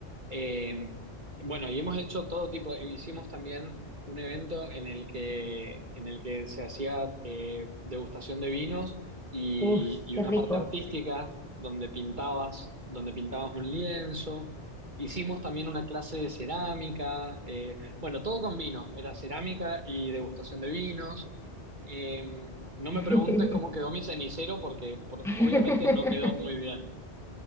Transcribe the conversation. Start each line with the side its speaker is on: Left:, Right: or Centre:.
Right: Eh, bueno, y hemos hecho todo tipo, hicimos también un evento en el que, en el que se hacía eh, degustación de vinos y,
Centre: Uf,
Right: y
Centre: qué
Right: una
Centre: rico.
Right: parte artística donde pintabas, donde pintabas un lienzo. Hicimos también una clase de cerámica, eh, bueno, todo con vinos, era cerámica y degustación de vinos. Eh, no
Centre: <laughs>
Right: me preguntes cómo quedó mi cenicero porque por-
Centre: <laughs>
Right: obviamente no quedó muy bien.